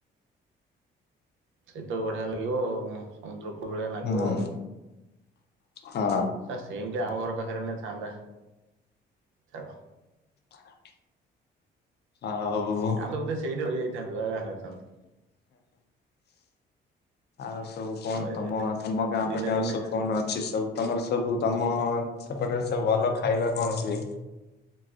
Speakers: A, on the right (about 80°); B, on the left (about 55°).
A: ସେଇ ତ ବଢିଆ ଲାଗିବ ଆଉ ସମୁଦ୍ର। କୂଳ ଭଳିଆ ଲାଗିବ
B: ହୁଁ
A: ଆଉ।
B: ହଁ।
A: ଆ ସେମେତିଆ ଆମ ଘର ପାଖରେ ହେନେ ଥାନ୍ତା ଛାଡ଼।
B: ହ <inaudible> ଆଉ
A: ତୁ ବୋଧେ ସେଇଠି ରହିଯାଇଥାନ୍ତୁ ଆଉ ଆସି ନଥାନ୍ତୁ।
B: ଆଉ ସବୁ କଣ
A: ଆଉ ଏ
B: ତମ ଗାଁ ତମ ଗାଁ
A: ଦିନେ
B: ପଟେ ଆଉ
A: ଦିନେ
B: ସବୁ କଣ ଅଛି ସବୁ? ତମର ସବୁ ତମ ସେପଟରେ ସବୁ ଭଲ ଖାଇବା କଣ ହୁଏ?